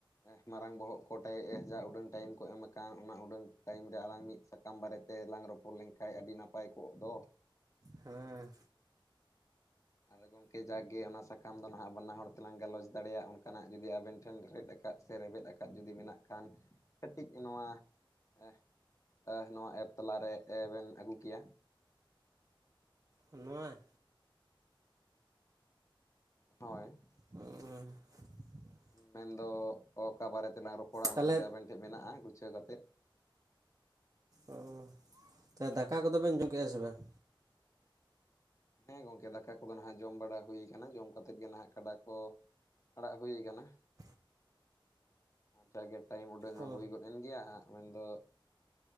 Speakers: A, on the left; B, on the right.
A: ᱮ ᱢᱟᱨᱟᱝ ᱵᱚᱦᱚᱜ ᱠᱚ ᱴᱮ ᱮ ᱡᱟ ᱩᱰᱟᱹᱝ ᱴᱟᱭᱤᱢ ᱠᱚ ᱮᱢ ᱟᱠᱟᱱ, ᱚᱱᱟ ᱩᱰᱟᱹᱝ ᱴᱟᱭᱤᱢ ᱨᱮ ᱟᱞᱟᱝ ᱢᱤᱫ ᱥᱟᱠᱟᱢ ᱵᱟᱨᱮᱛᱮ ᱞᱟᱝ ᱨᱚᱯᱚᱲ ᱞᱮᱱᱠᱷᱟᱡ ᱟᱹᱰᱤ ᱱᱟᱯᱟᱭ ᱠᱚᱜ ᱫᱚ᱾
B: ᱦᱮᱸ᱾
A: ᱟᱫᱚ ᱜᱚᱝᱠᱮ ᱡᱟᱠᱜᱮ ᱚᱱᱟ ᱥᱟᱠᱟᱢ ᱫᱚ ᱱᱟᱦᱟᱜ ᱵᱟᱱᱟ ᱦᱚᱲ ᱛᱮᱞᱟᱝ ᱜᱟᱞᱚᱪ ᱫᱟᱲᱮᱭᱟᱜ ᱚᱱᱠᱟᱱᱟᱜ ᱡᱩᱫᱤ ᱟᱵᱮᱱ ᱴᱷᱮᱱ ᱨᱮᱫ ᱟᱠᱟᱫ ᱥᱮ ᱨᱮᱵᱮᱫ ᱟᱠᱟᱫᱟ ᱡᱩᱫᱤ ᱢᱮᱱᱟᱜ ᱠᱷᱟᱱ ᱠᱟᱹᱴᱤᱡ ᱱᱚᱣᱟ ᱮᱷ ᱟᱦ ᱱᱚᱣᱟ ᱮᱯ ᱛᱟᱞᱟᱨᱮ ᱮ ᱵᱮᱱ ᱟᱹᱜᱩ ᱠᱮᱭᱟ᱾
B: ᱱᱚᱣᱟ?
A: ᱦᱳᱭ᱾
B: <inaudible>
A: ᱢᱮᱱᱫᱚ ᱚᱠᱟ ᱵᱟᱨᱮ ᱛᱮᱞᱟᱝ ᱨᱚᱯᱚᱲᱟ ᱚᱱᱟ
B: ᱛᱟᱦᱚᱞᱮ
A: ᱡᱩᱫᱤ ᱟᱵᱮᱱ ᱴᱷᱮᱡ ᱢᱮᱱᱟᱜᱼᱟ ᱜᱩᱪᱷᱟᱹᱣ ᱠᱟᱛᱮᱫ
B: ᱚ᱾ ᱛᱮ
A: ᱦᱮᱸ
B: ᱫᱟᱠᱟ
A: ᱞᱟᱹᱭ
B: ᱠᱚᱫᱚ ᱵᱮᱱ ᱡᱚᱢ ᱠᱮᱜ-ᱟ ᱥᱮ ᱵᱟᱝ?
A: ᱦᱮᱸ ᱜᱚᱝᱠᱮ ᱫᱟᱠᱟ ᱠᱚᱫᱚ ᱱᱟᱦᱟᱜ ᱡᱚᱢ ᱵᱟᱲᱟ ᱦᱩᱭ ᱠᱟᱱᱟ ᱡᱚᱢ ᱠᱟᱛᱮᱫ ᱜᱮ ᱱᱟᱦᱟᱸᱜ ᱠᱟᱰᱟ ᱠᱚ ᱟᱲᱟᱜ ᱦᱳᱭ ᱠᱟᱱᱟ᱾
B: <unintelligible>
A: ᱡᱟᱜᱮ ᱴᱟᱭᱤᱢ ᱩᱰᱟᱹᱝ ᱦᱚᱸ
B: ᱚ
A: ᱦᱩᱭ ᱜᱚᱫ ᱮᱱ ᱜᱮᱭᱟ ᱢᱮᱱ ᱫᱚ